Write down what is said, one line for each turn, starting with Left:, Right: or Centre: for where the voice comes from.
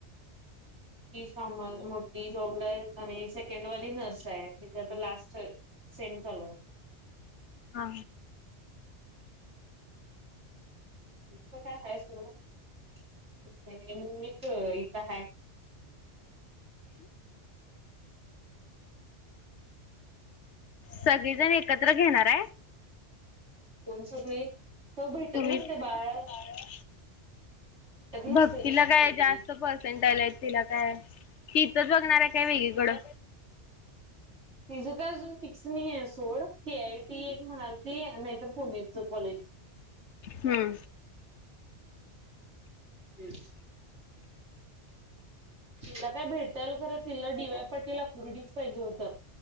Right: कामाला मोठी जॉबला आहे आणि सेकंड वाली नर्स आहे तिचा तर लास्ट सेम चालू आहे
Left: हा
Right: च काय आहे सड मी स इता ह
Left: सगळेजण एकत्र घेणार आहे
Right: कोणचच नाही असं भेटत
Left: तुम्ही
Right: नसते बाळ भेटत नसते
Left: भक्तीला
Right: तस
Left: काय
Right: सगळी
Left: जास्त पर्सेंट आलाय तिला काय तथच बघणार आहे काय वेगळीकडं
Right: हम् तिझं काय अजून फिक्स नाही आहे सोड के आय टी एक म्हणाल ती नाहीतर पुणेच कॉलेज
Left: हुं
Right: ह <unintelligible> तिला काय भेटल खरं तिला डी वाय पाटील अकुरडीच पाहिजे होतं